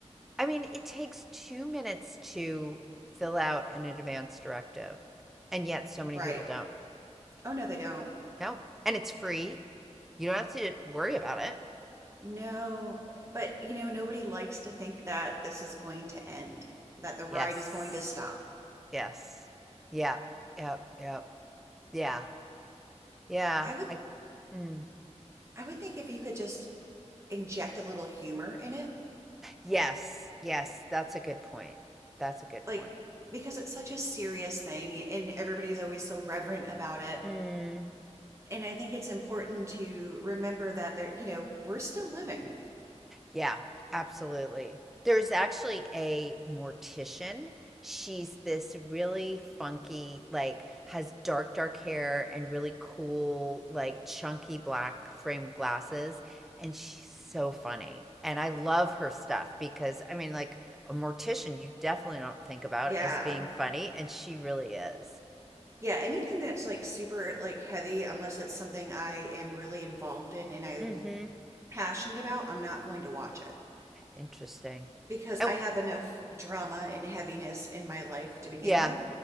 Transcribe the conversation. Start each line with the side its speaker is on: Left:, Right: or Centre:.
Centre: I mean, it takes 2 minutes to fill out an advance directive, and yet so many
Right: Right.
Centre: people don't.
Right: Oh, no, they don't.
Centre: No, and it's free. You don't have to worry about it.
Right: No, but you know, nobody likes to think that this is going to end, that the ride
Centre: Yes.
Right: is going to stop.
Centre: Yes. Yep. Yep. Yep. Yeah. Yeah.
Right: I would
Centre: I Mm.
Right: I would think if you could just inject a little humor in it,
Centre: Yes. Yes. That's a good point. That's a good
Right: like
Centre: point.
Right: because it's such a serious thing and everybody's always so reverent about it.
Centre: Mm.
Right: And I think it's important to remember that there, you know, we're still living.
Centre: Yeah, absolutely. There's actually a mortician. She's this really funky, like, has dark, dark hair and really cool, like, chunky black framed glasses. And she's so funny. And I love her stuff because, I mean, like, a mortician you definitely don't think about
Right: Yeah.
Centre: as being funny. And she really is.
Right: Yeah, anything that's like super like heavy, unless it's something I am really involved in and I'm
Centre: Mm hmm.
Right: passionate about, I'm not going to watch it
Centre: Interesting.
Right: because
Centre: Oh,
Right: I have enough drama and heaviness in my life to begin
Centre: yeah.
Right: with.